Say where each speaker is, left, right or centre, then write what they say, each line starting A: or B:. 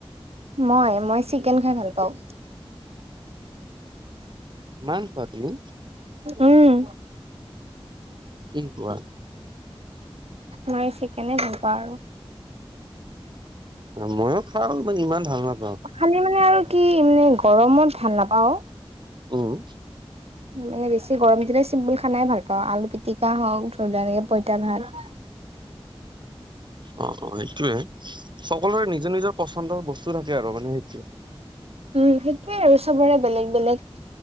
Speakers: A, on the right; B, on the right.
A: মই, মই চিকেন খাই ভাল পাওঁ।
B: মাং খোৱা তুমি?
A: উম।
B: কি কোৱা?
A: মই চিকেনে ভাল পাওঁ আৰু।
B: মইও খাওঁ। মানে ইমান ভাল নাপাওঁ।
A: খালি মানে আৰু কি মানে গৰমত ভাল নাপাওঁ।
B: উম।
A: মানে বেছি গৰম দিলে চিম্বুল খানাই ভাল পাওঁ। আলু পিটিকা হওঁক, ধৰি লোৱা এনেকে পইতা ভাত।
B: অ', অ', হেইটোয়ে, সকলোৰে নিজৰ নিজৰ পচন্দৰ বস্তু থাকে আৰু মানে সেইটোৱে।
A: উম, সেইটোৱে আৰু চবৰে বেলেগ-বেলেগ